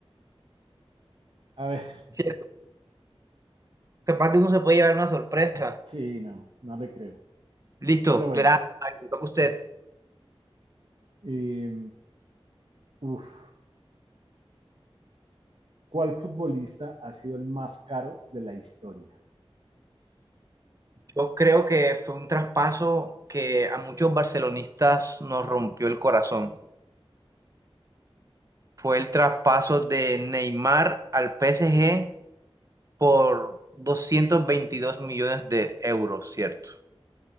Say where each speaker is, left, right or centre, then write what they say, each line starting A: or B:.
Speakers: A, on the right; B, on the right.
A: A ver,
B: Sí, Capaz de uno se puede llevar una sorpresa.
A: sí, no, no le creo.
B: Listo,
A: Pero bueno,
B: le da- le toca a usted.
A: Eh, uf, ¿Cuál futbolista ha sido el más caro de la historia?
B: Yo creo que fue un traspaso que a muchos barcelonistas nos rompió el corazón. Fue el traspaso de Neymar al PSG por 222 millones de euros, ¿cierto?